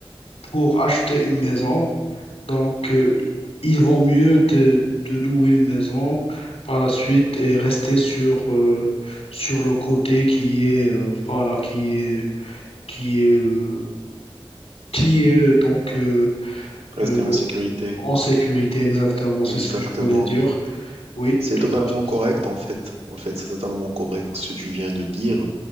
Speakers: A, on the left; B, on the right.
A: pour acheter une maison, donc euh, il vaut mieux de, de louer une maison par la suite et rester sur, euh, sur le côté qui est euh, voilà qui est qui est euh, qui est donc euh,
B: Rester
A: euh,
B: en sécurité.
A: en sécurité exactement, c'est
B: Exactement.
A: ce que je voulais dire. Oui,
B: C'est
A: tout
B: totalement
A: à fait.
B: correct en fait. En fait, c'est totalement correct ce que tu viens de dire.